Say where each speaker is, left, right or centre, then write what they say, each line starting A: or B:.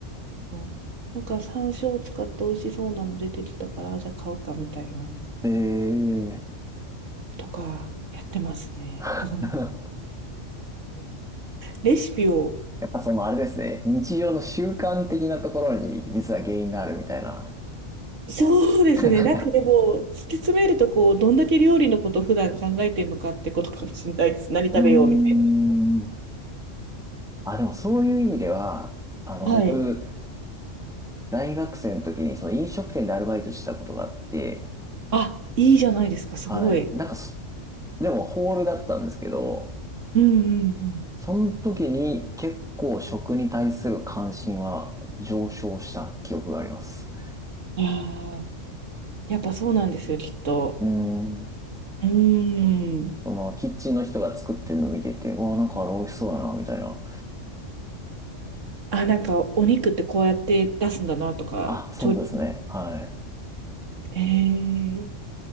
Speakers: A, on the right; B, in the centre.
A: あのなんか山椒を使って美味しそうなの出てきたから、じゃあ買おうかみたいな、
B: ええ
A: とかやってますね。だから
B: <laughs> や
A: レシピを、
B: っぱそのあれですね。日常の習慣的なところに実は原因があるみたいな。
A: そうですね。
B: <laughs> う
A: なんかでも、突き詰めると、こう、どんだけ料理のこと普段考えてるのかってことかもしれないです。何食べようみたい
B: ーん。あ、でもそういう意味では、あの、
A: な。
B: 僕、
A: はい。
B: 大学生の時にその飲食店でアルバイトしてたことがあって、
A: あ、いいじゃないですか、すごい。
B: はい。なんかそでもホールだったんですけど、
A: うんうん
B: その時に結構食に対する関心は上昇した記憶があります。
A: うん。ああ、やっぱそうなんですよ、きっと。
B: うーん。
A: うーん。
B: その、キッチンの人が作ってるのを見てて、うわ、なんかあれ美味しそうやな、みたいな。
A: あ、なんかお肉ってこうやって出すんだなとか、
B: あ、そうですね。
A: 調理。
B: は
A: ええ